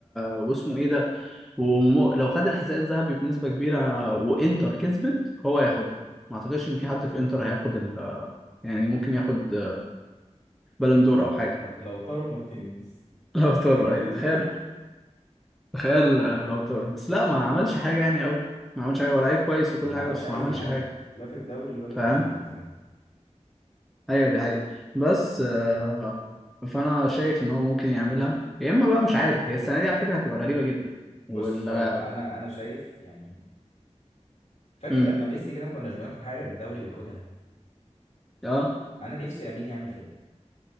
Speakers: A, in the centre; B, on the left.
A: واسمه ايه ده ولو خد الحذاء الذهبي بنسبة كبيرة وانتر كسبت هو هياخدها ما اعتقدش ان في حد في انتر هياخد ال... يعني ممكن ياخد بالون دور او حاجة
B: لا لو تارو مارتينيز
A: <laughs> لو طار
B: ال-
A: ايوه تخيل تخيل لو طار بس لا ما عملش حاجة يعني قوي ما عملش حاجة ولا لعيب كويس
B: <laughs>
A: وكل
B: هو ما
A: حاجة
B: عملش
A: بس
B: اي
A: ما عملش
B: حاجه
A: حاجة
B: لا في الدوري ولا في
A: فاهم
B: الشامبيونز
A: ايوه دي حقيقة بس آه، فانا شايف ان هو ممكن يعملها يا اما بقى مش عارف هي السنه دي على فكره هتبقى غريبه جدا
B: بص
A: وال
B: هو انا انا شايف يعني فاكر
A: امم
B: لما ميسي كده ما كناش بناخد حاجه غير الدوري وياخدها
A: اه
B: انا نفسي لامين يعمل كده